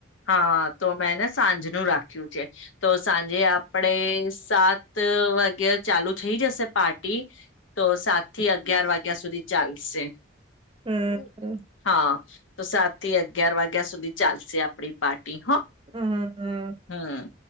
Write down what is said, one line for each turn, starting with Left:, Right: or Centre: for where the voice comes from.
Left: હા તો મેંને સાંજ નુ રાખ્યું છે તો સાંજે આપડે સાત વાગે ચાલુ થઈ જશે પાર્ટી. તો સાત થી અગિયાર વાગે. જ્યા સુધી ચાલશે.
Right: હમ
Left: હમ્મ હા. તો સાત થી અગિયાર વાગ્યા સુધી ચાલશે આપણી પાર્ટી. હ
Right: હમ હમ
Left: હમ